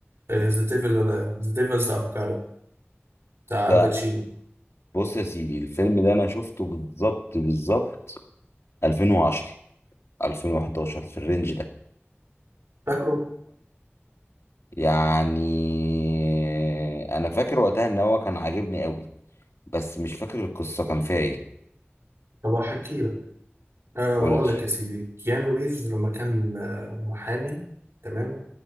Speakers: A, on the right; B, on the left.
A: ذا ديفل ذا ديفلز أفوكادو بتاع
B: ده
A: الباتشينو
B: بص يا سيدي الفيلم ده انا شفته بالظبط بالظبط 2010 2011 في الرينج ده
A: فاكره؟
B: يعني انا فاكر وقتها ان هو كان عاجبني قوي بس مش فاكر القصة كان فيها ايه
A: طب هحكي لك آه
B: قولي
A: أقول لك يا سيدي كيانو ريفز لما كان آه، محامي تمام